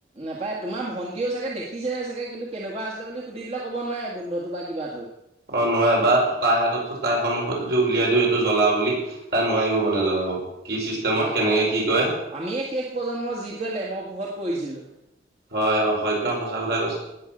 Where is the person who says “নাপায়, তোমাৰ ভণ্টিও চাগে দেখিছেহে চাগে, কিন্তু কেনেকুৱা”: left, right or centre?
Right